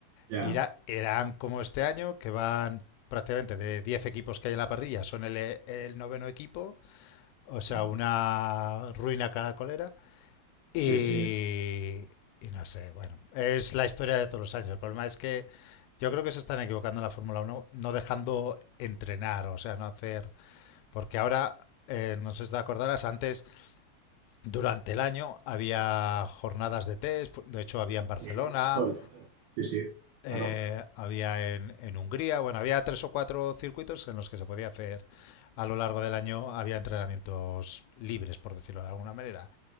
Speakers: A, on the right; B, on the left.
A: ya.
B: Irá, Irán como este año, que van prácticamente de 10 equipos que hay en la parrilla, son el, el noveno equipo, o sea,
A: Buah,
B: una ruina caracolera. Y,
A: Sí, sí,
B: y no sé, bueno, es la historia de todos los años. El problema es que yo creo que se están equivocando en la Fórmula Uno no dejando entrenar, o sea, no hacer. Porque ahora, eh, no sé si te acordarás, antes, durante el año, había jornadas de test, de hecho, había en Barcelona,
A: sí, tanto y tanto. Sí, sí,
B: eh,
A: claro.
B: había en, en, Hungría, bueno, había tres o cuatro circuitos en los que se podía hacer a lo largo del año, había entrenamientos libres, por decirlo de alguna manera.